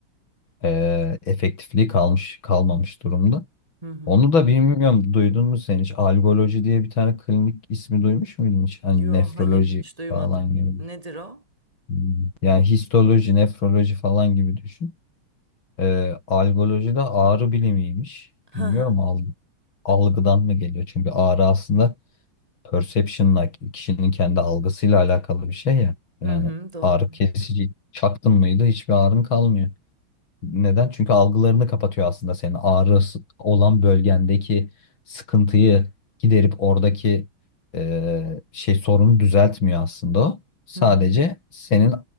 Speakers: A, on the left (about 65°); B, on the right (about 15°).
A: e, efektifliği kalmış kalmamış durumda.
B: Hı hı.
A: Onu da bilmiyorum duydun mu sen hiç? Algoloji diye bir tane klinik ismi duymuş muydun hiç? Hani
B: Yo,
A: nefroloji
B: hayır hiç duymadım.
A: falan gibi.
B: Nedir o?
A: Hmm. Yani histoloji, nefroloji falan gibi düşün. Ee, algoloji de ağrı bilimiymiş.
B: Hı
A: Bilmiyorum
B: hı.
A: algı, algıdan mı geliyor? Çünkü ağrı aslında perception'la kişinin kendi algısıyla alakalı bir şey ya. Yani
B: Hı hı, doğru.
A: ağrı kesici çaktın mıydı hiçbir ağrın kalmıyor. Neden? Çünkü algılarını kapatıyor aslında senin ağrı s- olan bölgendeki sıkıntıyı giderip oradaki e, şey sorunu düzeltmiyor aslında o. Sadece
B: Hı hı.
A: senin